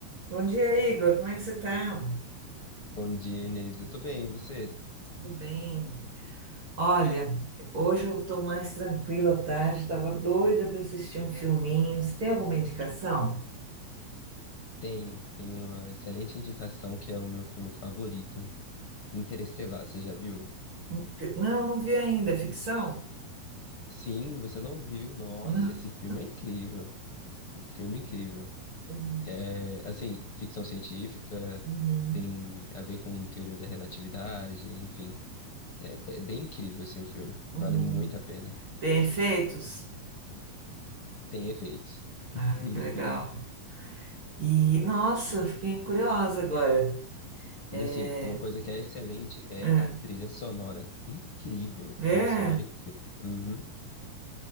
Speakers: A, on the right; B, on the left.
A: Bom dia, Igor. Como é que você tá?
B: Bom dia, Inês. Eu tô bem, e você?
A: Tudo bem? Olha, hoje eu tô mais tranquila à tarde, tava doida para assistir um filminho. Você tem alguma indicação?
B: Tenho, tenho uma excelente indicação que é o meu filme favorito, Interestelar. Você já viu?
A: Porque- Não, eu não vi ainda. É ficção?
B: Sim, você não viu? Nossa,
A: Não.
B: esse filme é incrível. Que Filme é incrível.
A: Uhum,
B: É, assim, ficção científica,
A: uhum,
B: tem a ver com teoria da relatividade, enfim. É, é bem incrível, assim, o filme.
A: uhum.
B: Vale muito a pena.
A: Tem efeitos?
B: Tem efeitos.
A: Ah,
B: <laughs>
A: que legal. E, nossa, fiquei curiosa agora.
B: Mas
A: É,
B: assim, uma coisa que é excelente é
A: é,
B: a trilha sonora. Incrível,
A: é.
B: trilha sonora incrível. Uhum.